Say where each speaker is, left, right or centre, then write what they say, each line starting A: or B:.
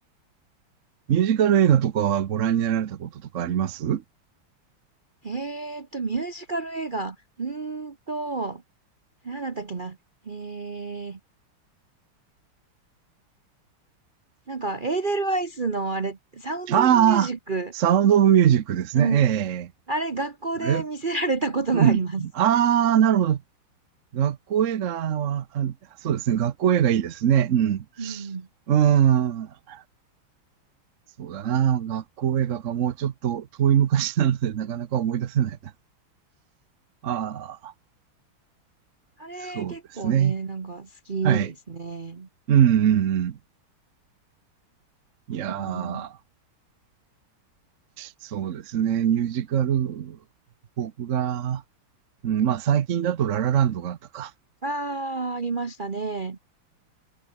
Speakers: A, on the right (about 50°); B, on the right (about 30°).
A: ミュージカル映画とかはご覧になられたこととかあります
B: えーっと、ミュージカル映画。うーんと、なんだったっけな。えー、なんかエーデルワイスのあれ、サウンドオブミュージック。
A: ああ、サウンドオブミュージックですね。
B: うん。
A: ええ
B: あれ、学校で見せられたことがあります。
A: あれうん。ああ、なるほど。学校映画は、あ、そうですね。学校映画いいですね。うん。
B: うん。
A: うーん。そうだな。学校映画がもうちょっと遠い昔なので、なかなか思い出せないな。ああ、
B: あれ、
A: そうですね。
B: 結構ね、なんか好きですね。
A: はい。うんうんうん。いやー、
B: うん。
A: そうですね。ミュージカル、僕が、うん、まあ最近だとララランドがあったか。
B: ああ、ありましたね。